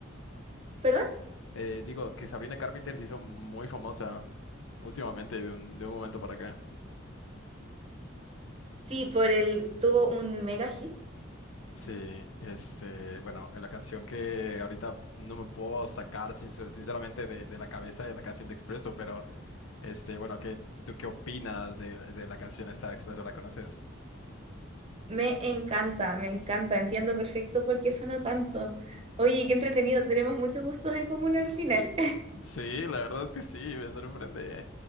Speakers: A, on the right (about 30°); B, on the left (about 80°).
A: ¿Perdón?
B: Eh, digo que Sabrina Carpenter se hizo muy famosa últimamente, de un, de un momento para acá.
A: Sí, por el, tuvo un mega hit.
B: Sí, este, bueno, en la canción que ahorita no me puedo sacar sincer- sinceramente de, de la cabeza de la canción de Expreso, pero este, bueno, ¿qué, tú qué opinas de, de la canción esta de Expreso? ¿La conoces?
A: Me encanta, me encanta, entiendo perfecto por qué sonó tanto. Oye, qué entretenido, tenemos muchos gustos en común al final.
B: Sí, la verdad es que sí, me sorprende.